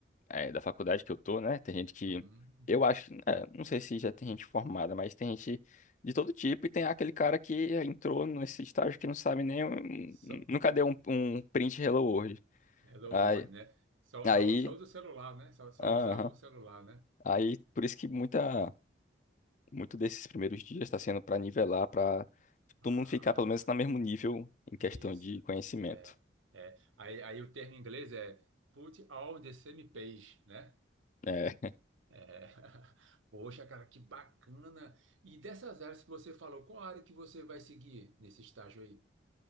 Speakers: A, on the left; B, on the right.
A: é, da faculdade que eu tô, né? Tem gente que,
B: Uhum.
A: eu acho, é, não sei se já tem gente formada, mas tem gente de todo tipo e tem aquele cara que entrou nesse estágio que não sabe nem, um-
B: Só,
A: nunca deu um, um print Hello World.
B: hello
A: Aí,
B: World, né? Só,
A: aí,
B: só, só usa o celular, né? Só, só
A: aham,
B: usa o celular, né?
A: aí por isso que muita. muito desses primeiros dias está sendo para nivelar, para todo
B: Ah.
A: mundo ficar pelo menos no mesmo nível em questão
B: Isso.
A: de conhecimento.
B: É, é. Aí, aí o termo em inglês é put all the same page, né?
A: né?
B: É. <laughs> Poxa, cara, que bacana. E dessas áreas que você falou, qual área que você vai seguir nesse estágio aí?